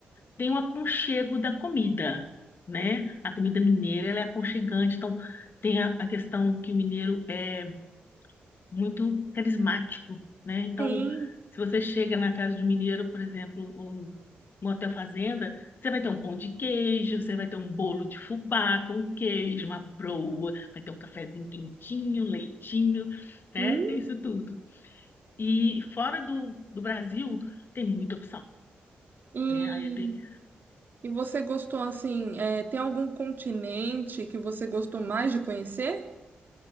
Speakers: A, on the left (about 55°); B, on the right (about 55°).
A: tem o aconchego da comida, né? A comida mineira, ela é aconchegante, então tem a, a questão que o mineiro é muito carismático, né? Então,
B: sim.
A: se você chega na casa de um mineiro, por exemplo, ou um hotel fazenda, você vai ter um pão de queijo, você vai ter um bolo de fubá com queijo, uma broa, vai ter um cafezinho quentinho, leitinho, né?
B: Hum.
A: Tem isso tudo. E fora do, do Brasil, tem muita opção,
B: E,
A: né? Aí eu tenho,
B: e você gostou, assim, é, tem algum continente que você gostou mais de conhecer?